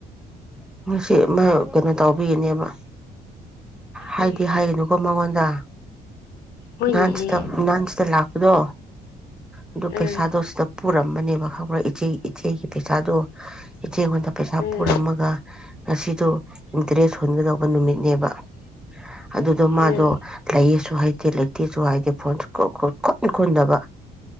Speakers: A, in the centre; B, on the left.
A: ꯎꯝ ꯃꯁꯤ ꯃꯥ ꯀꯩꯅꯣ ꯇꯧꯕꯒꯤꯅꯦꯕ ꯍꯥꯏꯗꯤ
B: ꯎꯝ
A: ꯍꯥꯏꯒꯅꯨꯀꯣ ꯃꯉꯣꯟ ꯑꯥ
B: ꯍꯣꯏꯅꯦꯍꯦ
A: ꯅꯍꯥꯟ ꯁꯤꯗ ꯅꯍꯥꯟ ꯁꯤꯗ ꯂꯥꯛꯄꯗꯣ ꯑꯗꯨ ꯄꯩꯁꯥꯗꯣ
B: ꯎꯝ
A: ꯁꯤꯗ ꯄꯨꯔꯝꯕꯅꯦꯕ ꯈꯪꯕ꯭ꯔꯥ ꯏꯆꯦ ꯏꯆꯦꯒꯤ ꯄꯩꯁꯥꯗꯣ ꯆꯦꯒꯣꯟꯗ ꯄꯩꯁꯥ
B: ꯎꯝ
A: ꯄꯨꯔꯝꯃꯒ ꯉꯁꯤꯗꯣ ꯏꯟꯇꯔꯦꯁ ꯍꯨꯟꯒꯗꯧꯕ ꯅꯨꯃꯤꯠꯅꯦꯕ ꯑꯗꯨꯗꯣ ꯃꯥꯗꯣ
B: ꯎꯝ
A: ꯂꯩ ꯁꯨ ꯍꯥꯏꯗꯦ ꯂꯩꯇꯦꯁꯨ ꯍꯥꯏꯇꯦ ꯐꯣꯟꯁꯨ <unintelligible> ꯈꯨꯟ ꯈꯨꯨꯟꯗꯕ